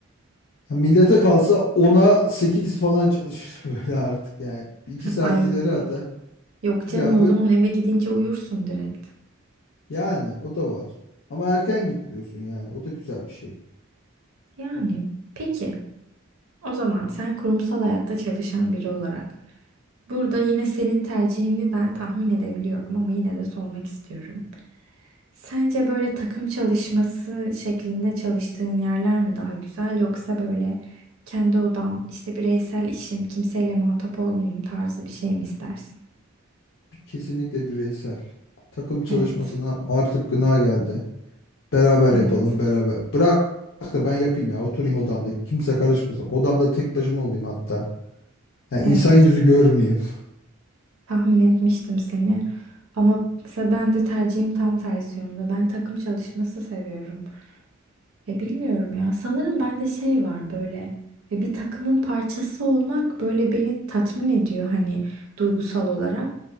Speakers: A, on the left (about 65°); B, on the right (about 85°).
A: Ya millete kalsa ona 8 falan çalışır <laughs> böyle artık yani. Bir iki saat
B: Ay
A: ileri ata.
B: yok canım
A: Ya
B: o
A: böyle
B: zaman eve gidince uyursun direkt.
A: yani o da var. Ama erken gitmiyorsun yani. O da güzel bir şey.
B: Yani peki o zaman sen kurumsal hayatta çalışan biri olarak burada yine senin tercihini ben tahmin edebiliyorum ama yine de sormak istiyorum. Sence böyle takım çalışması şeklinde çalıştığın yerler mi daha güzel yoksa böyle kendi odam işte bireysel işim kimseyle muhatap olmayayım tarzı bir şey mi istersin?
A: Kesinlikle bireysel. Takım çalışmasından
B: Evet,
A: artık gına geldi. Beraber
B: evet,
A: yapalım beraber. Bırak da ben yapayım ya. Oturayım odamda. Kimse karışmasın. Odamda tek başıma olayım hatta. Ya insan
B: evet.
A: yüzü görmeyeyim. <laughs>
B: Tahmin etmiştim seni. Ama mesela ben de tercihim tam tersi yönde. Ben takım çalışması seviyorum. Ya bilmiyorum ya. Sanırım bende şey var böyle. Ya bir takımın parçası olmak böyle beni tatmin ediyor hani duygusal olarak.